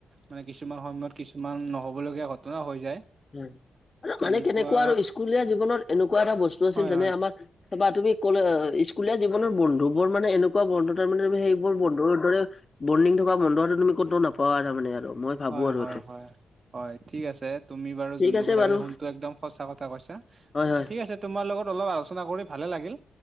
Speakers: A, on the right (about 45°); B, on the left (about 35°).
A: মানে কিছুমান সময়ত কিছুমান নহ'ব নহব লগীয়া ঘটনা হৈ যায়
B: উম। আৰু
A: তেনেকুৱা
B: মানে কেনেকুৱা আৰু স্কুলীয়া জীৱনত এনেকুৱা এটা বস্তু আছিল
A: হয়
B: যেনে
A: হয়
B: আমাৰ কবা তুমি কলে অহ স্কুলীয়া জীৱনৰ বন্ধু বোৰ মানে এনে এনেকুৱা বন্ধ তাৰ তুমি সেইবোৰ বন্ধ দৰে বৰ্ডিং থকা বন্ধটো তুমি ক'তও নাপোৱা তাৰ মানে আৰু মই ভাবো
A: হয়
B: আৰু
A: হয়
B: এইটো
A: হয় হয় ঠিক আছে তুমি বাৰু
B: ঠিক
A: যোনটো
B: আছে
A: কথা
B: বাৰু
A: কৈছা সোনটো একদম সঁচা কথা কৈছা
B: হয়, হয়,
A: ঠিক আছে তোমাৰ লগত অলপ আলোচনা কৰি ভালে লাগিল